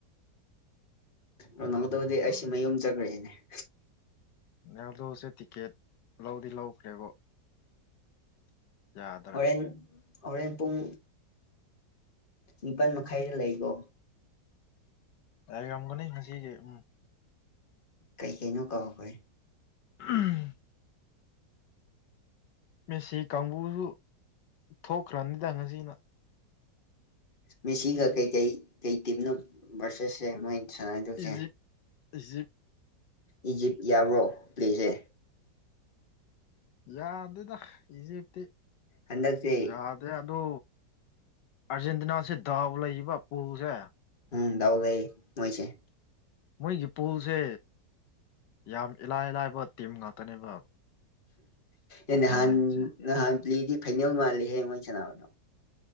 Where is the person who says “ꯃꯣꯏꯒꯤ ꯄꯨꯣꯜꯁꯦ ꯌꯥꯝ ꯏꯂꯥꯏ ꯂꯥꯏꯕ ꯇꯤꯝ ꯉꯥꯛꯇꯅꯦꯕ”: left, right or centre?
Left